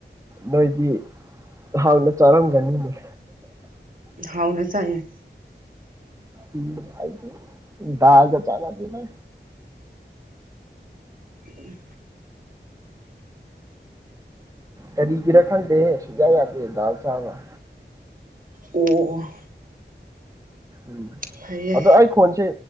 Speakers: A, on the right; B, on the right.
A: ꯃꯣꯏꯗꯤ ꯍꯥꯎꯅ ꯆꯥꯔꯝꯒꯅꯤꯅꯦ
B: ꯍꯥꯎꯅ ꯆꯥꯏꯌꯦ
A: ꯎꯝ ꯍꯥꯏꯗꯤ ꯗꯒꯥ ꯆꯞ ꯃꯟꯅꯩꯍꯦ
B: ꯎꯝ
A: ꯀꯔꯤꯒꯤꯔ ꯈꯪꯗꯦ ꯁꯨꯡꯌꯥ ꯌꯥꯗꯦ ꯗꯥꯎ ꯆꯒꯥ
B: ꯑꯣ ꯑꯣ
A: ꯎꯝ
B: ꯐꯩꯌꯦ
A: ꯑꯗꯣ ꯑꯩ ꯈꯣꯟꯁꯦ